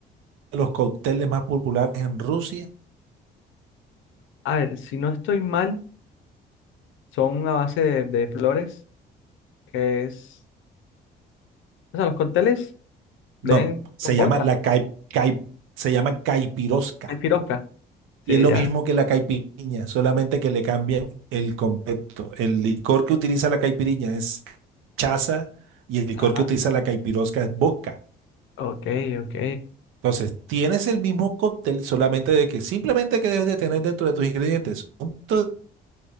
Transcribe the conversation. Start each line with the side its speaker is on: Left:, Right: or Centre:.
Right: los cócteles más populares en Rusia?
Left: A ver, si no estoy mal, son a base de, de flores que es... O sea, los cócteles
Right: No,
Left: ven
Right: se
Left: con vodka,
Right: llama la caip, caip- se llama caipirosca.
Left: hay pirosca.
Right: Y
Left: Sí,
Right: es lo
Left: ya.
Right: mismo que la caipirinha, solamente que le cambian el concepto. El licor que utiliza la caipirinha es chaza y el licor
Left: Ajá.
Right: que utiliza la caipirosca es vodka.
Left: Ok, ok.
Right: Entonces, tienes el mismo cóctel, solamente de que simplemente que debes de tener dentro de tus ingredientes un poquito